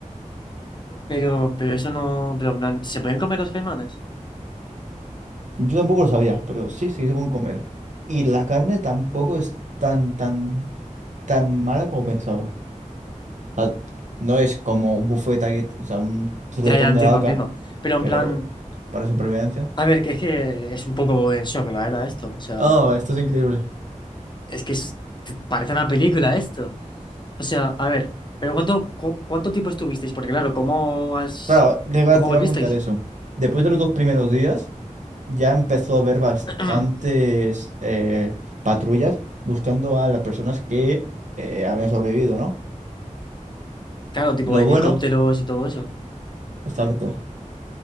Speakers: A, on the left; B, on the right.
A: Pero, pero eso no. Pero, en plan, ¿se pueden comer los caimanes?
B: Yo tampoco lo sabía, pero sí, sí que se pueden comer. Y la carne tampoco es tan, tan, tan mala como pensaba. O sea, no es como un buffet aquí, o sea, un chuletón
A: Ya, ya, entiendo,
B: de vaca,
A: entiendo. Pero,
B: pero
A: en plan,
B: para supervivencia.
A: a ver, que es que es un poco en shock, la verdad, esto. O sea,
B: Oh, esto es increíble.
A: es que es- te- parece una película esto. O sea, a ver, pero ¿cuánto, cu- cuánto tiempo estuvisteis? Porque, claro, ¿cómo has,
B: Claro, le iba-
A: cómo
B: te
A: volvisteis?
B: iba a contar eso. Después de los dos primeros días, ya empezó a haber bastantes
A: <clears throat>
B: eh, patrullas buscando a las personas que eh, habían sobrevivido, ¿no?
A: Claro, tipo
B: Lo
A: helicópteros
B: bueno,
A: y todo eso.
B: exacto.